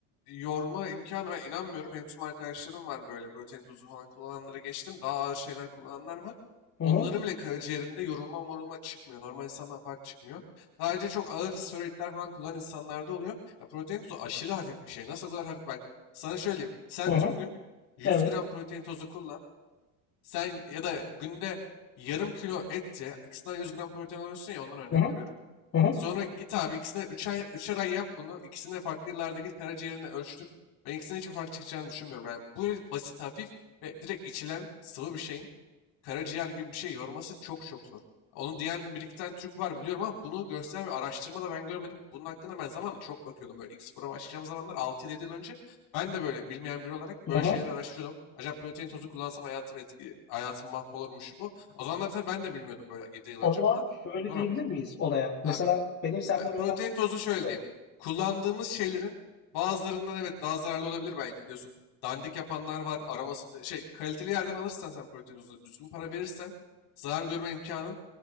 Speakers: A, on the left; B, on the left.
A: yorma imkanı ben inanmıyorum. Benim tüm arkadaşlarım var böyle protein tozu falan kullananlara geçtim. Daha ağır şeyler kullananlar var.
B: Hı
A: Onların
B: hı,
A: bile karaciğerinde yorulma morulma çıkmıyor. Normal insandan fark çıkmıyor. Ayrıca çok ağır steroidler falan kullanan insanlarda oluyor. Ya protein tozu aşırı hafif bir şey. Nasıl o kadar hafif? Bak sana söyleyeyim. Sen
B: hı hı,
A: tüm gün 100
B: evet.
A: gram protein tozu kullan. Sen ya da günde yarım kilo et ye. İkisinden 100 gram protein alıyorsun ya ondan örnek
B: Hı hı,
A: veriyorum.
B: hı hı,
A: Sonra git abi ikisine üçer ay, üçer ay yap bunu. İkisine farklı yıllarda git karaciğerini ölçtür. Ben ikisinin hiçbir fark çıkacağını düşünmüyorum. Yani bu basit, hafif ve direkt içilen sıvı bir şeyin karaciğer gibi bir şey yorması çok çok zor. Onu diyen bir iki tane Türk var biliyorum ama bunu gösteren bir araştırma da ben görmedim. Bunun hakkında ben zamanla çok bakıyordum. Böyle ilk spora başlayacağım zamanlar altı yedi yıl önce ben de böyle bilmeyen biri olarak böyle
B: hı hı.
A: şeyleri araştırıyordum. Acaba protein tozu kullansam hayatım etki, hayatım mahvolur mu şu bu. O zamanlar tabii ben de bilmiyordum böyle 7 yıl
B: O
A: önce
B: zaman
A: falan.
B: şöyle
A: Sonra
B: diyebilir miyiz olaya? Mesela
A: abi
B: benim senden
A: ya,
B: öğrendiğim
A: protein tozu
B: şey
A: şöyle
B: şöyle oldu.
A: diyeyim. Kullandığımız şeylerin bazılarından evet daha zararlı olabilir belki diyorsun. Dandik yapanlar var. Aroması şey kaliteli yerden alırsan sen protein tozunu düzgün para verirsen zarar görme imkanın